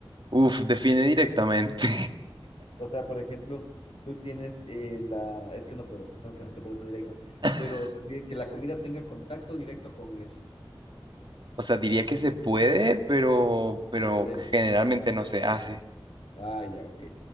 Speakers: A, on the right; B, on the left.
A: uf, define directamente.
B: O sea, por ejemplo, tú tienes eh, la... Es que no puedo, pues tengo que hacerte preguntas directas.
A: <laughs>
B: Pero o sea, di- que la comida tenga contacto directo con eso.
A: O sea, diría que se puede, pero, pero
B: No se debe.
A: generalmente no se hace.
B: Ah, ya, ok.